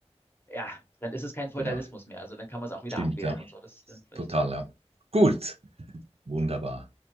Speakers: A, on the left; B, on the right.
A: ja, dann ist es kein Feudalismus
B: genau,
A: mehr. Also dann kann man es auch wieder
B: stimmt,
A: abwählen
B: ja.
A: und so. Das ist dann vielleicht
B: Total, ja. Gut, wunderbar.